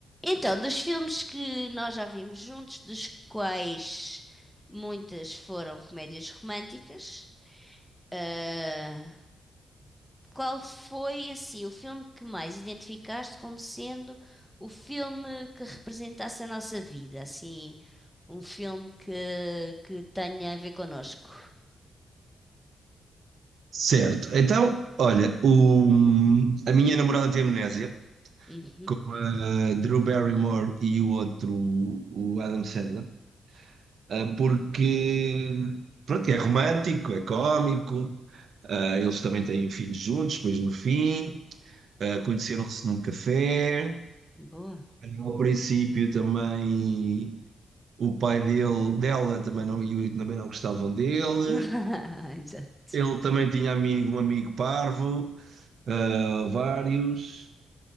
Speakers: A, in the centre; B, on the right.
A: Então, dos filmes que nós já vimos juntos, dos quais muitas foram comédias românticas, ah, qual foi assim o filme que mais identificaste como sendo o filme que representasse a nossa vida? Assim, um filme que, que tenha a ver connosco.
B: Certo. Então, olha, o- a minha namorada tem amnésia,
A: Uhum,
B: com a Drew Barrymore e o outro, o Adam Sandler, ah, porque, pronto, é romântico, é cómico, ah, eles também têm filhos juntos, depois no fim, ah, conheceram-se num café,
A: boa.
B: ao princípio também o pai dele, dela também não, e o- também não gostavam dele,
A: <laughs> Exato,
B: ele também tinha amigo, um amigo parvo, ah, vários.